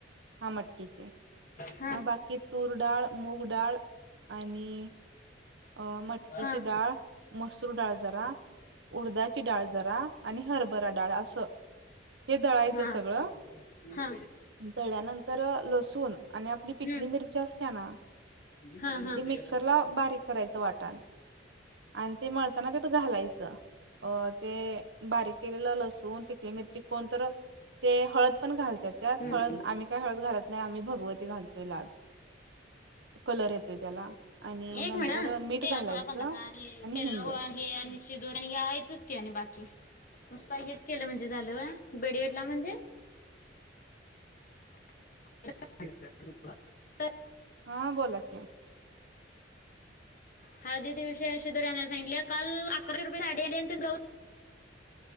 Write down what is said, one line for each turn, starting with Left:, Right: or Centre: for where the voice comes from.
Right: हा मटकीचे
Left: हा.
Right: मग
Left: हा.
Right: बाकी तूर डाळ मूगडाळ. आणि अ मटकेची
Left: हा.
Right: डाळ मसूर डाळ जरा उडदाची डाळ जरा आणि हभराडाळ अस हे तयचं
Left: हा.
Right: सगळ तनंतर लसूण आणि आपली पिकली
Left: हम्म.
Right: मिरची असते ना.
Left: हा हाला.
Right: हे मिक्सरला बारीक करायचं वाटण आणि ते मळताना तेत घालायचं. अ ते बारीक केलेलं लसूण पिकली मिरची कोणत? ते हळद पण घालतात त्यात
Left: हम्म.
Right: हळद आम्ही काय हळद घालत नाही आम्ही भगवती घालतोय लाल. कलर येतोय त्याला आणि
Left: एक
Right: नंतर
Left: मिनिट ते
Right: मीठ घालायचं
Left: आ आपण दा का आणि ते
Right: हिंग
Left: राव आणि आणि शिधू आणि हे आहेतच की आणि बाकी. नस का हेच केलं म्हणजे झालं बेडटला म्हणजे <inaudible>
Right: हा बोला कि
Left: हळदी दिवशी अे दना सांगितले काल अकराशे रुपये साडीली जाऊ